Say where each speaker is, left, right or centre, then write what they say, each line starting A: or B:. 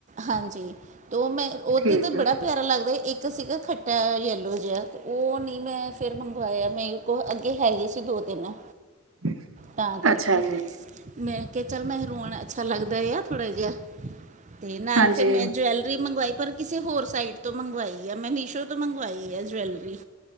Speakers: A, on the right (about 35°); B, on the right (about 75°).
A: ਹਾਂਜੀ, ਤੋ ਮੈਂ ਔਦੇ
B: ਠੀਕ
A: ਤੇ
B: ਹੈ
A: ਬੜਾ ਪਿਆਰਾ ਲੱਗਦਾ ਇੱਕ ਸੀਗਾ ਖੱਟਾ ਯੈਲੋ ਜਾ, ਤੇ ਔ ਨੀ ਮੈਂ ਫੇਰ ਮੰਗਵਾਇਆ, ਮੇਰੇ ਕੋ ਅੱਗੇ ਹੈਗੇ ਸੀ ਦੋ ਤਿੰਨ।
B: <inaudible>
A: ਤਾਂ ਕਰਕੇ
B: ਅੱਛਾ ਜੀ
A: ਮੈਂ ਕਿਹਾ ਚੱਲ, ਮਹਿਰੂਨ ਅੱਛਾ ਲੱਗਦਾ ਆ। ਥੋੜ੍ਹਾ ਜਿਆ, ਤੇ ਨਾਲ
B: ਹਾਂਜੀ
A: ਫਿਰ ਮੈਂ ਜਵੈਲ ਮੰਗਵਾਈ, ਪਰ ਕਿਸੇ ਹੋਰ ਸਾਈਟ ਤੋਂ ਮੰਗਵਾਈ ਐ। ਮੈਂ ਮੀਸ਼ੋ ਤੋਂ ਮੰਗਵਾਈ ਐ ਜਵੈਲਰੀ।